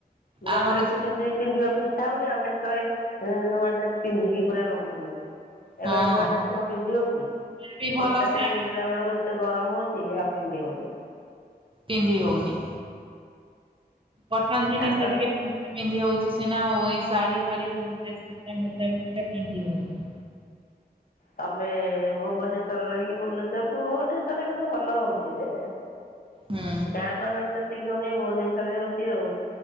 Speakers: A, on the left; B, on the right.
A: ନୂଆ
B: ଆମର
A: ଡ୍ରେସ ପିନ୍ଧିବାକୁ ଇଚ୍ଛା ଛା ହଉନି ଆମେ ସେତଳେ ନୂଆ ଡ୍ରେସ ପିନ୍ଧିକି ପୁରା ରହୁଥିଲୁ। ଏବେ
B: ହଁ
A: ନୂଆ ଡ୍ରେସ ପିନ୍ଧି ହଉଛି
B: ବି
A: ଫଟା
B: ଭଲ ଶାଢୀ
A: ଟେ ପିନ୍ଧିଲା ବେଳକୁ ଏତେ ଗରମ ହଉଛି। ପିନ୍ଧି ହଉନି।
B: ପିନ୍ଧି ହଉନି। କଟନ ଜିନିଷ
A: ଆଉ ତ
B: ଟିକେ ପିିନ୍ଧି ହଉଚି ସିନା ଆଉ ଏଇ ଶାଢ଼ୀ ଫାଢୀ ମୋଟା ମୋଟି ଇରା ପିନ୍ଧିହଉନି।
A: ତମେ ଭୁବନେଶ୍ଵରରେ ରହିକି ବୁଲୁଛ ଭୁବନେଶ୍ବରରେ କିନ୍ତୁ ଭଲ ହଉଛି ଯେ।
B: ହୁଁ
A: ଗାଁ ମାନଙ୍କ ଯେତିକି ହଉନି ଭୁବନେଶ୍ଵରରେ ହଉଛି ଆଉ